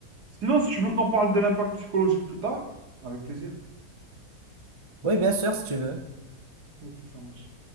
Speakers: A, on the right; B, on the right.
A: Sinon, si tu veux qu'on parle de l'impact psychologique plus tard, avec plaisir.
B: Oui, bien sûr, si tu veux.
A: Ok, ça marche.